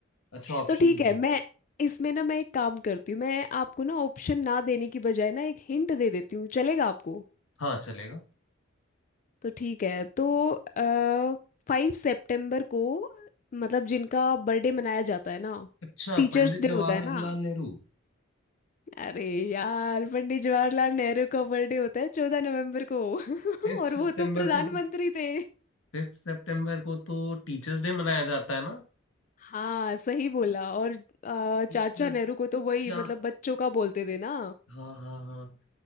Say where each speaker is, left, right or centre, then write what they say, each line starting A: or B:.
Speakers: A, on the left; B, on the left.
A: अच्छा ऑप्शन
B: तो ठीक है
A: दो
B: मैं इसमें ना मैं एक काम करती हूँ मैं आपको ना ऑप्शन ना देने की बजाय ना एक हिंट दे देती हूँ चलेगा आपको
A: हाँ चलेगा
B: तो ठीक है तो आ, फाइव सितंबर को मतलब जिनका बर्थडे मनाया जाता है ना
A: अच्छा
B: टीचर्स
A: पंडित
B: डे
A: जवाहरलाल
B: होता है ना
A: नेहरू
B: अरे यार पंडित जवाहरलाल नेहरू का बर्थडे होता है चौदह नवंबर को <laughs>
A: फिफ्थ
B: और
A: सितंबर
B: वो तो प्रधानमंत्री
A: को तो
B: थे
A: फिफ्थ सितंबर को तो टीचर्स डे मनाया जाता है ना
B: हाँ सही बोला और अ,
A: Teachers
B: चाचा नेहरू को तो
A: day.
B: वही मतलब
A: हाँ
B: बच्चों का बोलते थे ना
A: हाँ हाँ